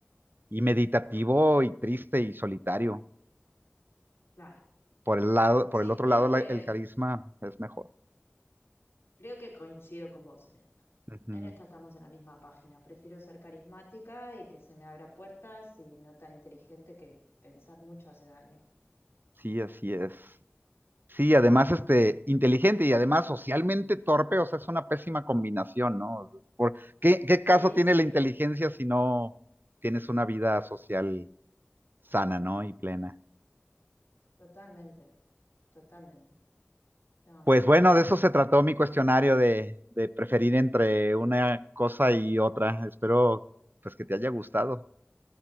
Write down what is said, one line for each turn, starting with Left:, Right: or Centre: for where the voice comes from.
Right: y meditativo y triste y solitario.
Left: Claro.
Right: Por el lado, por
Left: Sí,
Right: el otro
Left: creo
Right: lado, la-
Left: que,
Right: el carisma es mejor.
Left: creo que coincido con vos en esto.
Right: Ujú.
Left: En esta estamos en la misma página. Prefiero ser carismática y que se me abra puertas y no tan inteligente que pensar mucho hace daño.
Right: Sí, así es. Sí, además, este, inteligente y además socialmente torpe, o sea, es una pésima combinación, ¿no? Por- ¿qué, qué caso
Left: Sí,
Right: tiene
Left: sí,
Right: la inteligencia si no tienes una vida social sana, ¿no? Y plena.
Left: totalmente, totalmente. No,
Right: Pues
Left: no, hay
Right: bueno,
Left: que ser
Right: de
Left: carismático.
Right: eso se trató mi cuestionario de, de preferir entre una cosa y otra. Espero, pues, que te haya gustado.